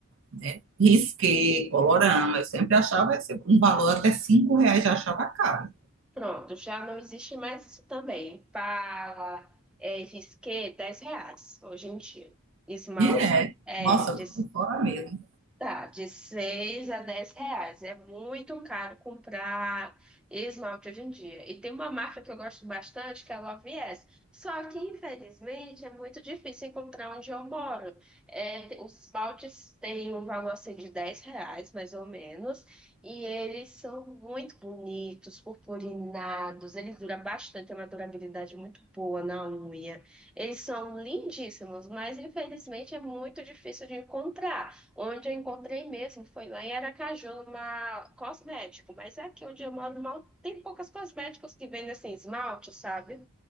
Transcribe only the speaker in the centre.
Pronto, já não existe mais isso também. Pala, é, risqué, 10 reais hoje em dia. Esmalte
é
de
Tá, de 6 a 10 reais. É muito caro comprar esmalte hoje em dia. E tem uma marca que eu gosto bastante, que é a Love Yes. Só que, infelizmente, é muito difícil encontrar onde eu moro. É, te- os esmaltes têm um valor assim, de 10 reais, mais ou menos. E eles são muito bonitos, purpurinados. Eles duram bastante, tem uma durabilidade muito boa na unha. Eles são lindíssimos, mas, infelizmente, é muito difícil de encontrar. Onde eu encontrei mesmo foi lá em Aracaju, numa cosmético, mas é aqui onde eu moro mal tem poucas cosméticos que vendem assim esmalte, sabe?